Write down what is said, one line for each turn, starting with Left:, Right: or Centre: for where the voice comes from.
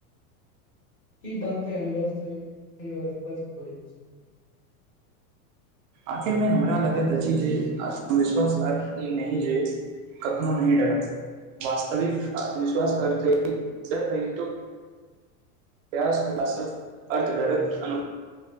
Left: की बात ता एन ब से क स्पष् छी
Right: आखिर मे हमरा लगैत अछि जे आत्मविश्वास अर्थ ई नहिह जे कखनो नहि डरत वास्तविक आत्मविश्वास अर्थ डर रही त प्रायास कयलाह सँ अर्थडरक